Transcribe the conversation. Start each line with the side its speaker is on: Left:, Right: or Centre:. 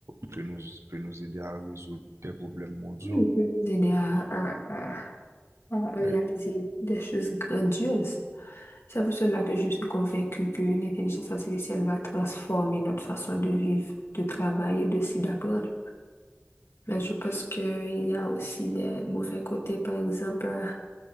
Right: peut nous, peut nous aider à résoudre des problèmes mondiaux.
Left: Oui, je peux nous aider à, à- à- à réaliser
Right: Et
Left: des choses grandioses. C'est pour cela que je suis convaincue que l'intelligence artificielle va transformer notre façon de vivre, de travailler, de s'y d'apprendre. Mais je pense qu'il y a aussi des mauvais côtés. Par exemple, euh,